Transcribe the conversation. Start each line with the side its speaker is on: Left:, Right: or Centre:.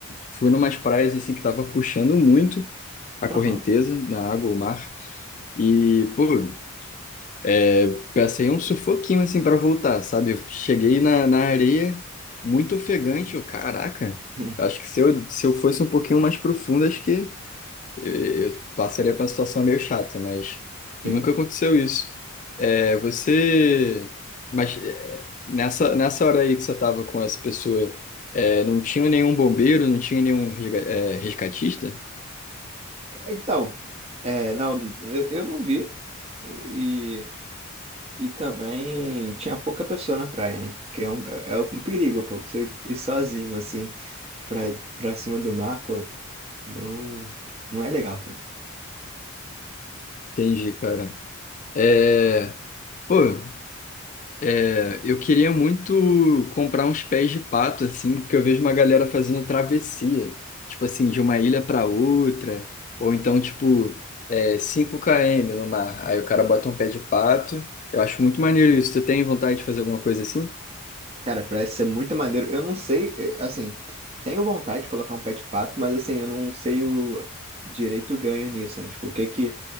Left: fui numas praias assim que tava puxando muito a correnteza
Right: Uhum.
Left: na água, o mar. E, pô, é, passei um sufoquinho assim para voltar, sabe? Eu cheguei na, na areia muito ofegante, eu, caraca.
Right: <laughs>
Left: Acho que se eu, se eu fosse um pouquinho mais profundo, acho que eu eu passaria por uma situação meio chata, mas nunca
Right: Sim.
Left: aconteceu isso. É, você. Mas é, nessa, nessa hora aí que você estava com essa pessoa, é, não tinha nenhum bombeiro, não tinha nenhum resga- é, resgatista?
Right: Então, é, não, eu eu não vi. E. E também tinha pouca pessoa na praia, né? Que é um, é um perigo, pô. Você ir sozinho, assim, pra, pra cima do mar, pô, não, não é legal. sabe?
Left: Entendi, cara. É, pô, É, eu queria muito comprar uns pés de pato, assim, porque eu vejo uma galera fazendo travessia, tipo assim, de uma ilha para outra, ou então, tipo, é, 5 km no mar. Aí o cara bota um pé de pato. Eu acho muito maneiro isso. Tu tem vontade de fazer alguma coisa assim?
Right: Cara, parece ser muito maneiro. Eu não sei, eh, assim, tenho vontade de colocar um pé de pato, mas assim, eu não sei o direito ganho nisso, né? Tipo, o que que.